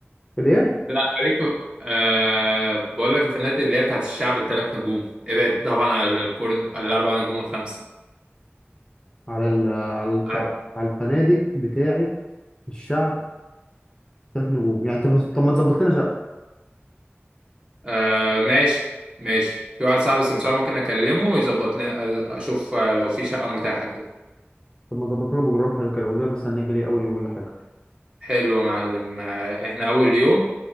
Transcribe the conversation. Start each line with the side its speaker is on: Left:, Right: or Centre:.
Left: ليه
Right: لا خليك في- آه بقول لك الفنانات اللي هي بتاعت الشعب الثلاث نجوم ابعد طبعا على الفرن على الأربع نجوم والخمسة
Left: على ال... على الف...
Right: طيب،
Left: على الفنادق بتاعه الشعب ثلاث نجوم يعني طب طب ما تظبط لنا شقه
Right: آه ماشاشي ماشي في واحد صاحبي سمسار ممكن أكلمه ويظبط لنا آه، أشوف آه، لو في شقة متاحة كده
Left: طب ما تظبط لنا بروجرام حلو كده قول لنا مثلا نعمل ايه اول يوم ولا حاجه
Right: حلو يا معلم آه، إحنا أول يوم